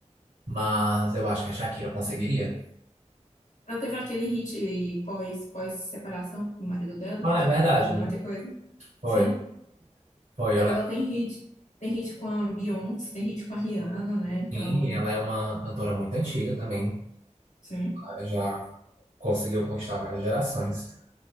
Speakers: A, on the right; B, on the left.
A: Mas eu acho que a Shakira conseguiria.
B: Ela teve aquele hit pós, pós-separação do marido dela,
A: Ah,
B: que
A: é verdade,
B: ela falou
A: né?
B: um monte de coisa.
A: Foi,
B: Sim.
A: foi,
B: Mas
A: eu lembro.
B: ela tem hit. Tem hit com a Beyoncé, tem hit com a Rihanna, né? Então,
A: Sim, e ela é uma cantora muito antiga também.
B: sim.
A: Ela já conseguiu conquistar várias gerações.